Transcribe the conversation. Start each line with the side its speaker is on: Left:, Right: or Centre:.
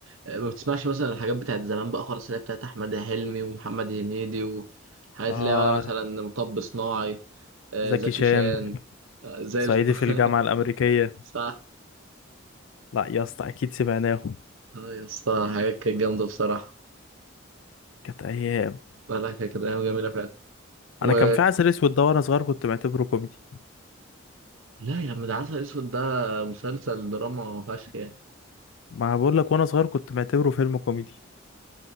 Right: آه ما بتسمعش مثلا الحاجات بتاعت زمان بقى خالص اللي هي بتاعت أحمد حلمي ومحمد هنيدي وحاجات
Left: اه
Right: اللي هي بقى مثلا مطب صناعي آه
Left: زكي
Right: زكي
Left: شان
Right: شان آه زي
Left: صعيدي
Right: الف... <laughs>
Left: في الجامعة الأمريكية
Right: صح
Left: لا يا اسطى أكيد سمعناه
Right: اه يا اسطى حاجات كانت جامدة بصراحة
Left: كانت أيام
Right: لا لا كانت كانت أيام جميلة فعلا و
Left: أنا كان في عسل أسود ده وأنا صغير كنت معتبره كوميدي
Right: لا يا عم ده عسل أسود ده مسلسل دراما فشخ يعني
Left: ما بقول لك وانا صغير كنت معتبره فيلم كوميدي